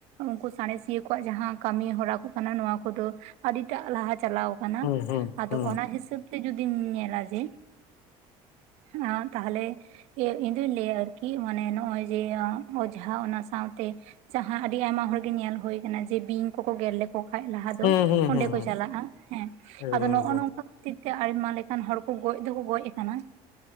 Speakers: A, on the right; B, on the left.
A: ᱩᱱᱠᱩ ᱥᱟᱬᱮᱥᱤᱭᱟᱹ ᱠᱚᱣᱟᱜ ᱡᱟᱦᱟᱸ ᱠᱟᱢᱤ ᱦᱚᱨᱟ ᱠᱚ ᱠᱟᱱᱟ ᱱᱚᱣᱟ ᱠᱚᱫᱚ ᱟᱹᱰᱤᱴᱟᱜ ᱞᱟᱦᱟ ᱪᱟᱞᱟᱣ ᱠᱟᱱᱟ
B: ᱦᱩᱸ ᱦᱩᱸ
A: ᱟᱫᱚ
B: ᱦᱩᱸ
A: ᱚᱱᱟ ᱦᱤᱥᱟᱹᱵ ᱛᱮ ᱡᱩᱫᱤᱢ ᱧᱮᱞᱟ ᱡᱮ ᱟᱸ ᱛᱟᱦᱚᱞᱮ ᱤᱧ ᱫᱩᱧ ᱞᱟᱹᱭᱟ ᱟᱨ ᱠᱤ ᱢᱟᱱᱮ ᱱᱚᱜ-ᱚᱭ ᱡᱮ ᱚᱡᱷᱟ ᱚᱱᱟ ᱥᱟᱶᱛᱮ ᱡᱟᱦᱟᱸ ᱟᱹᱰᱤ ᱟᱭᱢᱟ ᱦᱚᱲ ᱜᱮ ᱧᱮᱞ ᱦᱩᱭ ᱟᱠᱟᱱᱟ ᱡᱮ ᱵᱤᱧ ᱠᱚᱠᱚ ᱜᱮᱨ ᱞᱮᱠ ᱠᱚ ᱠᱷᱟᱡ ᱞᱟᱦᱟ ᱫᱚ
B: ᱦᱩᱸ ᱦᱩᱸ ᱦᱩᱸ ᱦᱩᱸ
A: ᱚᱸᱰᱮ
B: ᱦᱩᱸ
A: ᱠᱚ
B: ᱦᱩᱸ
A: ᱪᱟᱞᱟᱜᱼᱟ ᱦᱮᱸ
B: ᱮᱠᱫᱚᱢ
A: ᱟᱫᱚ ᱱᱚᱜᱼᱚᱷ
B: ᱮᱠᱫᱚᱢ
A: ᱱᱚᱝᱠᱟ ᱛᱤᱠ-ᱟ ᱟᱭᱢᱟ ᱞᱮᱠᱟᱱ ᱦᱚᱲ ᱠᱚ ᱜᱚᱡ ᱫᱚᱠᱚ ᱜᱚᱡ ᱟᱠᱟᱱᱟ